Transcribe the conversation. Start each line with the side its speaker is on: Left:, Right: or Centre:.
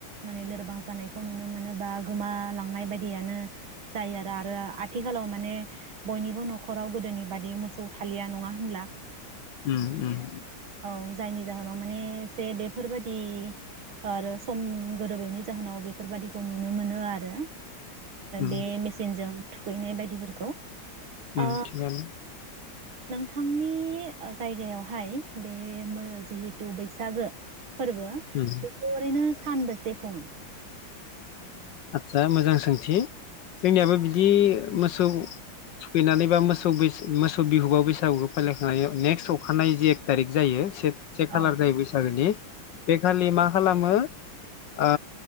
Right: माने लोरबां जानायखौ नुनो मोनो बा गोमालांनाय बायदियानो। जायो आरो आरो आथिखालाव माने बयनिबो न'खराव गोदोनि बादि मोसौ थालिया नङा होनब्ला?
Left: ओम ओम।
Right: औ जायनि जाहोनाव माने एसे बेफोरबादि आरो सम गोरोबैनि जाहोनाव बेफोरबादिखौ नुनो मोनो आरो।
Left: उम
Right: बे मेचिनजों थु खैनाय बायदिफोरखौ
Left: ओम
Right: ओ
Left: थिगानो
Right: नोंथांनि ओ जायगायावहाय बे मो जिहेथु बैसागो फोरबो
Left: उम
Right: बेखौ ओरैनो सानबोसे खुङो?
Left: आदसा मोजां सोंथि। जोंनियाबो बिदि मोसौ थुखैनानै बा मोसौ मोसौ बिहुबा बैसागुखौ फालिखांनाय नेक्स्ट अखानाय जि एक थारिख जायो से से खालार
Right: औ
Left: जायो बैसागोनि बेखालि मा खालामो ओ